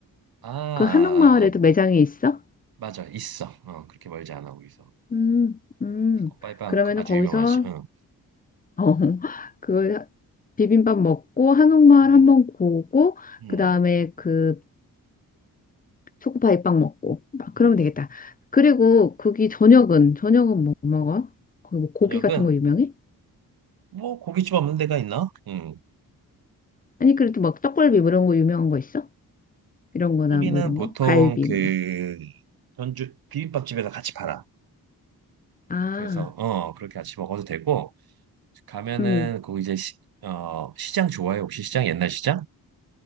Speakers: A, on the right; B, on the left.
A: 아, 아,
B: 그 한옥마을에도
A: 아.
B: 매장이 있어?
A: 맞아, 있어. 어, 그렇게 멀지 않아, 거기서.
B: 음, 음.
A: 컵바이빵
B: 그러면은
A: 그 아주
B: 거기서
A: 유명하지. 응,
B: 어, <laughs> 그 비빔밥 먹고 한옥마을
A: 음,
B: 한번 보고
A: 음,
B: 그다음에 그 초코파이 빵 먹고 막 그러면
A: 음.
B: 되겠다. 그리고 거기 저녁은 저녁은 뭐 먹어? 거기 뭐 고기
A: 저녁은
B: 같은 거 유명해?
A: 뭐 고깃집 없는 데가 있나? 음.
B: 아니 그래도 막 떡갈비 뭐 이런 거 유명한 거 있어? 이런
A: 떡갈비는
B: 거나 뭐 이런
A: 보통
B: 거? 갈비
A: 그
B: 뭐.
A: 전주 비빔밥집에서 같이 팔아.
B: 아,
A: 그래서 어 그렇게 같이 먹어도 되고 가면은
B: 음.
A: 그 이제 시, 어 시장 좋아해 혹시 시장 옛날 시장?